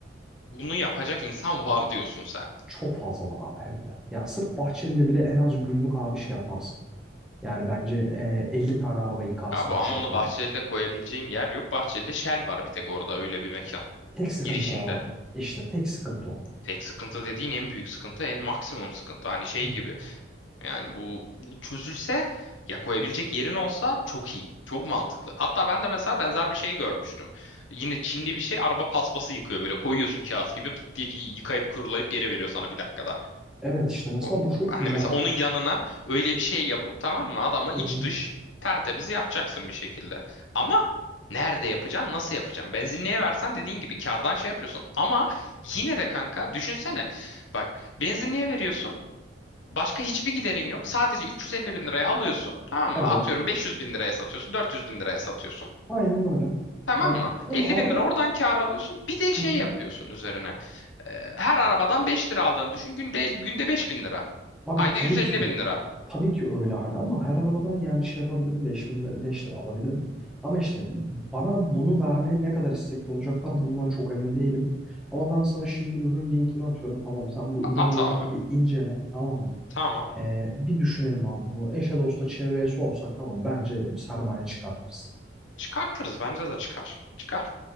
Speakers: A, on the left; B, in the centre.
A: Bunu yapacak insan var diyorsun sen.
B: Çok fazla var abi hem de. Yani sırf Bahçeli'yle bile en az günlük abi şey yaparsın. Yani bence e, 50 tane araba yıkarsın
A: Abi ama
B: bu şekilde.
A: onu Bahçeli'de koyabileceğin yer yok. Bahçeli'de Shell var bir tek orada öyle bir mekan.
B: Tek sıkıntı
A: Girişinde.
B: o abi. İşte tek sıkıntı o.
A: Tek sıkıntı dediğin en büyük sıkıntı, en maksimum sıkıntı. Hani şey
B: Hı.
A: gibi. Yani bu, bu çözülse ya koyabilecek yerin olsa çok iyi. Çok mantıklı. Hatta ben de mesela benzer bir şey görmüştüm. Yine Çinli bir şey araba paspası yıkıyor böyle. Koyuyorsun kağıt gibi pıt diye yıkayıp kurulayıp geri veriyor sana bir dakikada.
B: Evet işte mesela
A: O-
B: bu çok
A: Hani
B: güzel
A: mesela onun
B: bir şey.
A: yanına öyle bir şey yapıp tamam mı adamı iç
B: Hı hı.
A: dış tertemiz yapacaksın bir şekilde. Ama nerede yapacaksın nasıl yapacaksın? Benzinliğe versen dediğin gibi kardan şey yapıyorsun. Ama yine de kanka düşünsene bak benzinliğe veriyorsun. Başka hiçbir giderin yok. Sadece 350 bin liraya alıyorsun. Tamam mı?
B: Evet.
A: Atıyorum 500 bin liraya satıyorsun. 400 bin liraya satıyorsun.
B: Aynen öyle.
A: Tamam
B: Hani
A: mı? 50
B: ama arada
A: bin lira oradan kar alıyorsun. Bir de şey
B: Hı hı.
A: yapıyorsun üzerine. Ee, her arabadan 5 lira aldığını düşün. Günde, el- günde 5 bin lira.
B: abi
A: Ayda
B: tabii
A: yüz elli
B: ki
A: bin lira.
B: tabii ki öyle hani ama her arabadan yani şey yapabilirim 5000 5 lira alabilirim. Ama işte bana bunu vermeye ne kadar istekli olacaklar bundan çok emin değilim. Ama ben sana şimdi ürün linkini atıyorum. Tamam sen bu ürün
A: At
B: linkini
A: abi.
B: bir incele tamam mı?
A: Tamam.
B: Ee, bir düşünelim abi bunu. Eşe dosta çevreye sorsak tamam bence sermaye çıkartırız.
A: Çıkartırız. Bence de çıkar. Çıkar.